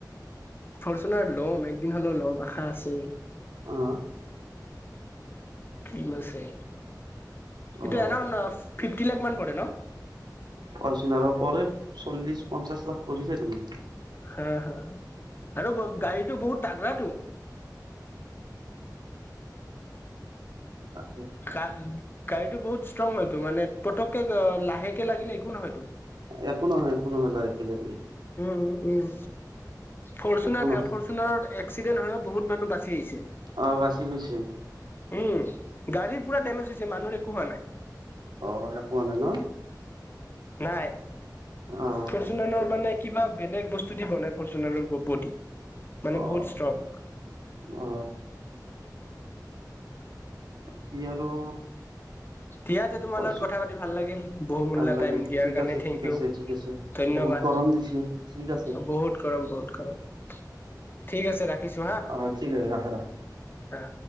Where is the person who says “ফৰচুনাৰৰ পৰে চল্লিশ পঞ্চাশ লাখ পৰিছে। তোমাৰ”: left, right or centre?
Right